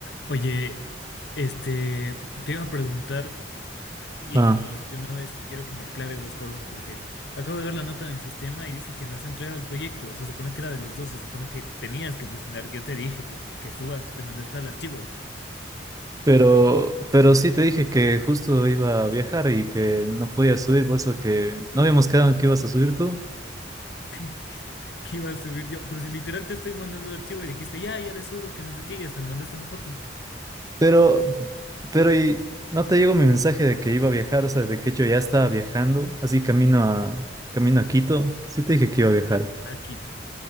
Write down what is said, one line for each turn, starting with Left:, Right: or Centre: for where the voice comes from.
Left: Oye, este, te iba a preguntar y
Right: Ah,
Left: de una vez quiero que me aclares dos cosas porque acabo de ver la nota en el sistema y dice que no has entregado el proyecto. Se supone que era de los dos, se supone que tenías que presentar. Yo te dije que, que subas, te mandé el tal archivo
Right: pero, pero sí te dije que justo iba a viajar y que no podía subir, por eso que no habíamos quedado en que ibas a subir tú.
Left: <laughs> que iba a subir yo, pero si literal te estoy mandando el archivo y dijiste, ya, ya le subo, que no sé qué, y hasta me mandaste una foto.
Right: Pero, pero y no te llegó mi mensaje de que iba a viajar, o sea, de que yo ya estaba viajando, así camino a, camino a Quito. Sí te dije que iba a viajar.
Left: Aquí.